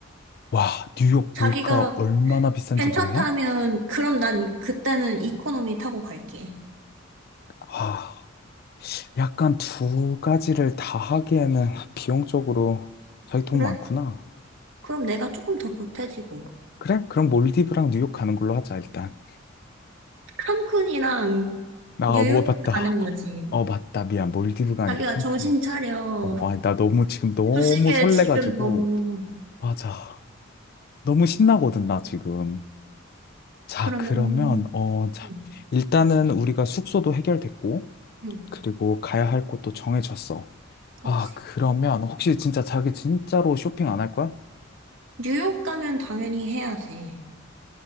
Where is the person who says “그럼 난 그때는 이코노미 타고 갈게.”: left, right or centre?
Right